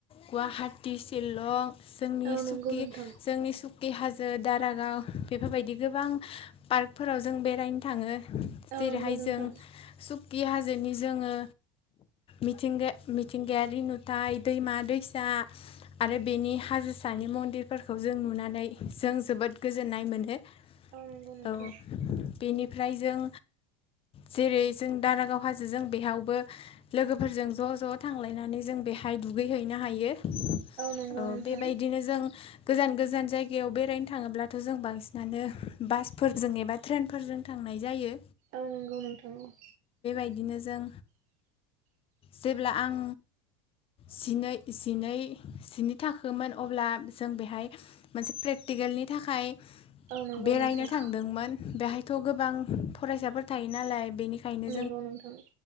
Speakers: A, on the left (about 35°); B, on the right (about 55°).
A: गुवाहाटि शिलं जोंनि
B: औ नंगौ नोंथां
A: जोंनि सुकि हाजो जै दारागाव बेफोरबायदि गोबां पार्कफोराव जों बेरायनो थाङो
B: औ
A: जेरैहाय
B: नंगौ नोंथां
A: जों सुकि हाजोनि जोङो मिथिंगाया मिथिंगायारि नुथाय दैमा दैसा आरो बेनि हाजोसानि मन्दिरफोरखौ जों नुनानै जों जोबोद गोजोननाय मोनो औ
B: नंगौ नोंथां
A: बेनिफ्राय जों जेरै जों दारागाव हाजो जों बेहयावबो लोगोफोरजों ज' ज' थांलायनानै जों बेहाय दुगैहैनो हायो
B: नंगौ
A: औ
B: नोंथां
A: बेबायदिनो जों गोजान गोजान जायगायाव बेरायनो थाङोब्लाथ' जों बांसिनानो बासफोरजों एबा ट्रेनफोरजों थांनाय जायो
B: औं नंगौ नोंथां औ
A: बिदिनो जों जेब्ला आं जिनै जिनै जिनै थाखोमोन अब्ला जों बेहाय मोनसे प्रेकटि केलनि थाखाय
B: औ नंगौ
A: बेरायनो
B: नोंथां
A: थांदोंमोन बेहायथ' गोबां फरायसाफोर थायो नालाय बेनिखायनो
B: औ नोंथां